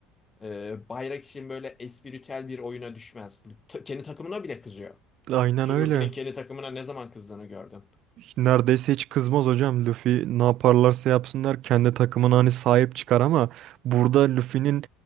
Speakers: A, on the left (about 20°); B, on the right (about 50°).
A: Ee, bayrak için böyle espritüel bir oyuna düşmez. Ta- kendi takımına bile kızıyor.
B: Aynen
A: Ki
B: öyle.
A: Luffy'nin kendi takımına ne zaman kızdığını gördün.
B: Neredeyse hiç kızmaz hocam. Luffy ne yaparlarsa yapsınlar kendi takımına hani sahip çıkar ama burada Luffy'nin